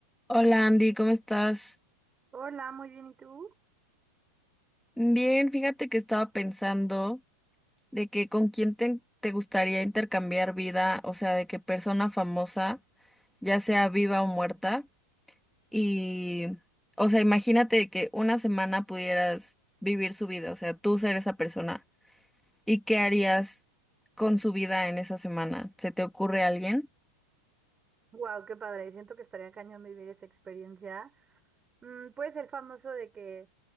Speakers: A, in the centre; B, on the right.
A: Hola Andy, ¿cómo estás?
B: Hola, muy bien, ¿y tú?
A: Bien, fíjate que estaba pensando de que con quién te, te gustaría intercambiar vida, o sea, de qué persona famosa, ya sea viva o muerta, y, o sea, imagínate de que una semana pudieras vivir su vida, o sea, tú ser esa persona, ¿y qué harías con su vida en esa semana? ¿Se te ocurre alguien?
B: Wow, qué padre. Siento que estaría cañón vivir esa experiencia. Mm, puede ser famoso de que